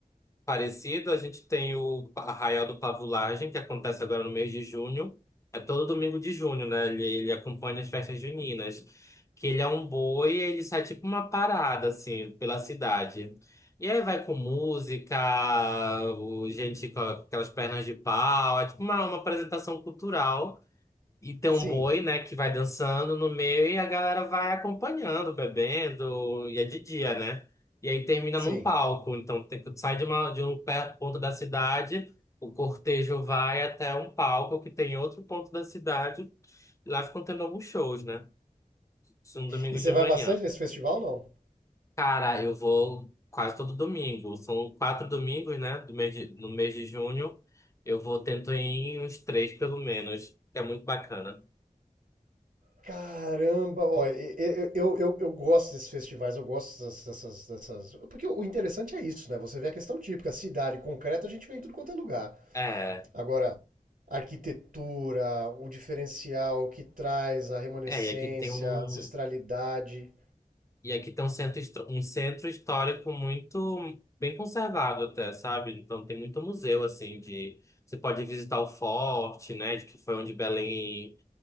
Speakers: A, on the left; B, on the right.
A: parecido, a gente tem o Arraial do Pavulagem, que acontece agora no mês de junho. É todo domingo de junho, né? Ele, ele acompanha as festas juninas. Que ele é um boi e ele sai tipo uma parada, assim, pela cidade. E aí vai com música, o- gente com aquelas pernas de pau, é tipo uma, uma apresentação cultural. E tem um
B: Sim,
A: boi, né, que vai dançando no meio e a galera vai acompanhando, bebendo, e é de dia, né? E aí termina
B: sim.
A: num palco. Então tem, sai de, uma, de um pé- ponto da cidade, o cortejo vai até um palco que tem outro ponto da cidade, e lá ficam tendo alguns shows, né? Isso no domingo
B: E você
A: de
B: vai
A: manhã.
B: bastante nesse festival, não?
A: Cara, eu vou quase todo domingo. São quatro domingos, né? Do mês de, no mês de junho. Eu vou tento ir em uns três, pelo menos, que é muito bacana.
B: Caramba, ó, e- e- eu, eu, eu gosto desses festivais, eu gosto dessas, dessas, dessas- Porque o interessante é isso, né? Você vê a questão típica, cidade concreta, a gente vem em tudo quanto é lugar.
A: É.
B: Agora, a arquitetura, o diferencial que traz, a remanescência,
A: É, e aqui tem um,
B: a ancestralidade.
A: e aqui tem um centro, histó- um centro histórico muito bem conservado até, sabe? Então tem muito museu assim de você pode visitar o forte, né, de que foi onde Belém,